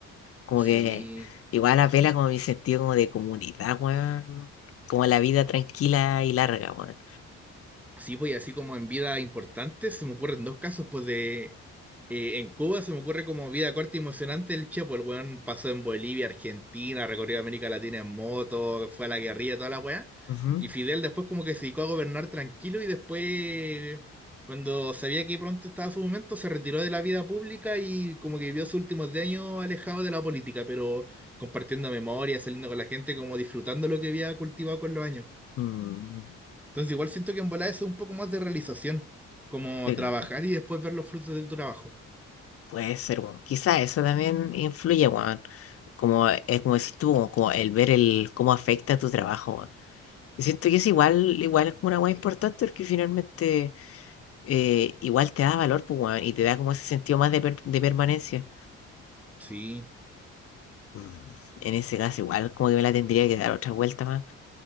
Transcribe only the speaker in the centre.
Sí.
Sí, pues y así como en vida importante, se me ocurren dos casos, pues de... eh, en Cuba se me ocurre como vida corta y emocionante el Chepo, el weón pasó en Bolivia, Argentina, recorrió América Latina en moto, fue a la guerrilla, toda la weá.
Y Fidel después como que se dedicó a gobernar tranquilo y después, cuando sabía que pronto estaba su momento, se retiró de la vida pública y como que vivió sus últimos 10 años alejado de la política, pero compartiendo memoria, saliendo con la gente, como disfrutando lo que había cultivado con los años.
Entonces igual siento que en volar eso es un poco más de realización, como
trabajar y después ver los frutos de tu trabajo.
Sí.